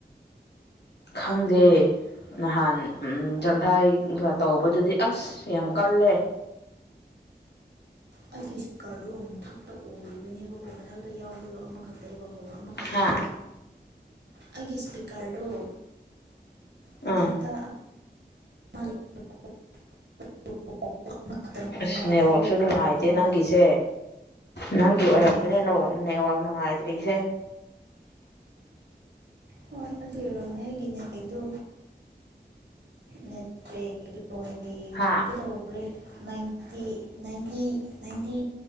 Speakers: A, on the left (about 75°); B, on the right (about 85°).
A: ꯈꯪꯗꯦ ꯅꯍꯥꯟ ꯖꯪꯈꯥꯏꯒ ꯇꯧꯕꯗꯨꯗꯤ ꯑꯁ ꯌꯥꯝ ꯀꯜꯂꯦ
B: ꯑꯩꯒꯤ ꯏꯁꯄꯤꯀꯔꯗꯣ ꯃꯊꯛꯇ ꯑꯣꯏꯔꯤꯕꯅꯦꯕꯀꯣ ꯃꯊꯛꯇ ꯌꯥꯎꯕꯗꯣ ꯑꯃꯈꯛꯇ ꯂꯩꯕꯣ ꯍ ꯑꯃꯈꯛꯇꯅꯦꯕꯣ
A: ꯍꯥ
B: ꯑꯩꯒꯤ ꯏꯁꯄꯤꯀꯔꯗꯨꯣ ꯃꯊꯛꯇ
A: ꯑꯥ
B: <unintelligible> <unintelligible>
A: ꯑꯁ ꯅꯦꯠꯋꯥꯛꯁꯨ
B: ꯑꯗꯨꯒꯤ
A: ꯅꯨꯡꯉꯥꯏꯇꯦ
B: ꯑꯣꯏꯔꯝꯒꯅꯦꯕ
A: ꯅꯪꯒꯤꯁꯦ ꯅꯪꯒꯤ ꯑꯣꯏꯔꯝꯒꯅꯦ
B: ꯎꯝ
A: ꯅꯋ ꯅꯦꯠꯋꯥꯛ ꯅꯨꯡꯉꯥꯏꯇ꯭ꯔꯤꯁꯦ ꯍ
B: ꯍꯣꯏ ꯑꯗꯨ ꯌꯧꯔꯝꯒꯦ ꯑꯩꯒꯤꯅꯦꯀꯩꯗꯣ ꯅꯠꯇ꯭ꯔꯦ ꯍꯣꯏ
A: ꯍꯥ
B: ꯀꯗꯧꯔꯦ ꯅꯥꯏꯟꯇꯤ ꯅꯥꯏꯟꯇꯤ ꯅꯥꯏꯟꯇꯤ